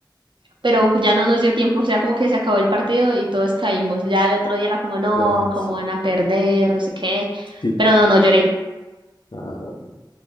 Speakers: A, on the right; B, on the left.
A: pero ya no nos dio tiempo, o sea, como que se acabó el partido y todos caímos. Ya el otro día era como, no,
B: ya,
A: cómo
B: sí.
A: van a perder, no sé qué,
B: Sí.
A: pero no, no lloré.
B: Ah, bueno.